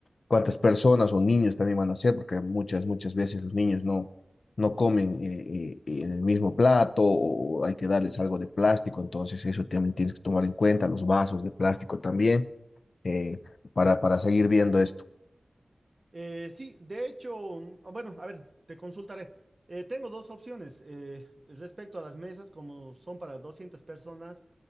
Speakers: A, on the left; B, on the right.
A: cuántas personas o niños también van a ser, porque muchas, muchas veces los niños no, no comen eh, eh, en el mismo plato o hay que darles algo de plástico, entonces eso también tienes que tomar en cuenta, los vasos de plástico también eh, para, para seguir viendo esto.
B: Eh, sí, de hecho, un- o bueno, a ver, te consultaré. Eh, tengo dos opciones eh, respecto a las mesas, como son para 200 personas.